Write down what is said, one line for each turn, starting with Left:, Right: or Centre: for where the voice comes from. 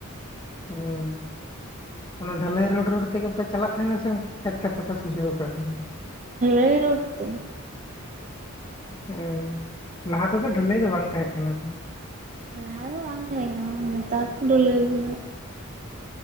Left: ᱦᱩᱸ ᱚᱱᱟ ᱰᱷᱟᱹᱞᱟᱹᱭ ᱨᱳᱰ ᱨᱳᱰ ᱛᱮᱜᱮᱯᱮ ᱪᱟᱞᱟᱜ ᱛᱟᱦᱮᱱᱟ ᱥᱮ ᱠᱷᱮᱛ ᱠᱷᱮᱛ ᱛᱮᱯᱮ ᱥᱚᱡᱷᱮ ᱜᱚᱫ ᱜᱚᱫ ᱛᱟᱦᱮᱸᱱᱟ
Right: ᱰᱷᱟᱹᱞᱟᱹᱭ ᱨᱳᱰ ᱛᱮ
Left: ᱦᱚᱸ ᱞᱟᱦᱟ ᱛᱮᱫᱚ ᱰᱷᱟᱹᱞᱟᱹᱭ ᱫᱚ ᱵᱟᱝ ᱛᱟᱦᱮᱸ ᱠᱟᱱᱟ ᱛᱚ᱾
Right: ᱞᱟᱦᱟ ᱫᱚ ᱵᱟᱝ ᱛᱟᱛᱮᱸ ᱠᱟᱱᱟ᱾ ᱱᱮᱛᱟᱨ ᱠᱚ ᱰᱷᱟᱹᱞᱟᱹᱭ ᱠᱮᱫᱟ᱾